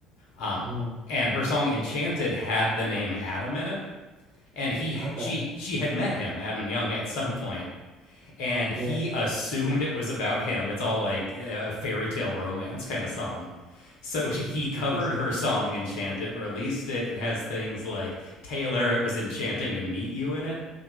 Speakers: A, on the left; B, on the right.
A: Um,
B: Mm,
A: and her song Enchanted had the name Adam in it. And he,
B: okay.
A: she, she had met him, Adam Young, at some point, and he
B: Yeah,
A: assumed it was about him. It's all like a fairy tale romance kind of song. So she- he covered
B: interesting.
A: her song Enchanted, released it. It has things like Taylor, it was enchanting to meet you in it